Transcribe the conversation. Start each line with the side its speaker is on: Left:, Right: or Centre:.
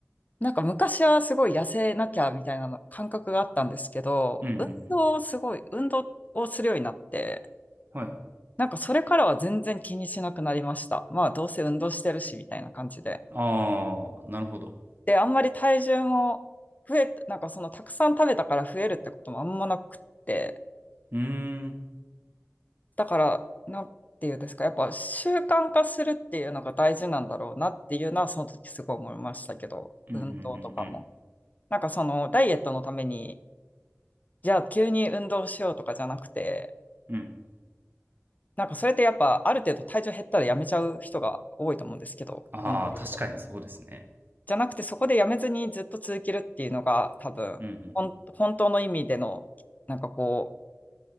Left: なんか昔はすごい痩せなきゃみたいなの感覚があったんですけど、
Right: うんうんうんうん
Left: 運動をすごい、運動をするようになって、
Right: はい
Left: なんかそれからは全然気にしなくなりました。まあ、どうせ運動してるし、みたいな感じで。
Right: ああ、なるほど。
Left: で、あんまり体重も増え、なんかそのたくさん食べたから増えるってこともあんまなくって、
Right: うーん。
Left: だから、なんていうんですか、やっぱ習慣化するっていうのが大事なんだろうなっていうのは、その時すごい思いましたけど、
Right: うんうん
Left: 運動とかも。
Right: うん
Left: なんかそのダイエットのために、じゃあ急に運動しようとかじゃなくて、
Right: うん。うん。
Left: なんかそれってやっぱある程度体重減ったらやめちゃう人が多いと思うんですけど、
Right: ああ、
Left: 運動を。
Right: 確かにそうですね。
Left: じゃなくてそこでやめずにずっと続けるっていうのが多分、
Right: うんうん。
Left: ほん本当の意味での、なんかこ